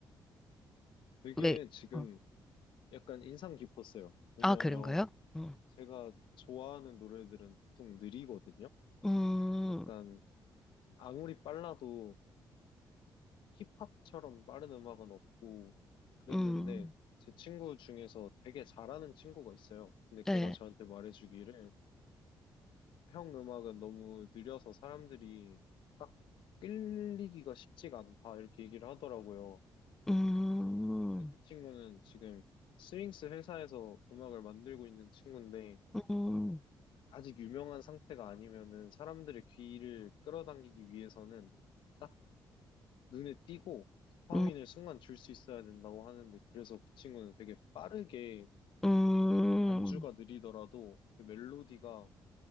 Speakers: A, on the left (about 80°); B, in the centre.
A: 되게
B: 왜?
A: 지금
B: 어.
A: 약간 인상 깊었어요. 왜냐하면
B: 아, 그런가요? 음,
A: 제가 좋아하는 노래들은 보통 느리거든요.
B: 음,
A: 약간 아무리 빨라도 힙합처럼 빠른 음악은 없고 그랬는데
B: 음,
A: 제 친구 중에서 되게 잘하는 친구가 있어요. 근데
B: 네,
A: 걔가 저한테 말해주기를 형 음악은 너무 느려서 사람들이 딱 끌리기가 쉽지가 않다 이렇게 얘기를 하더라고요.
B: 음,
A: 근데 그 친구는 지금 스윙스 회사에서 음악을 만들고 있는 친구인데
B: 음, 음,
A: 아직 유명한 상태가 아니면은 사람들의 귀를 끌어당기기 위해서는 딱 눈에 띄고 도파민을
B: 음.
A: 순간 줄 수 있어야 된다고 하는데 그래서 그 친구는 되게 빠르게
B: 음.
A: 그러니까 반주가 느리더라도 그 멜로디가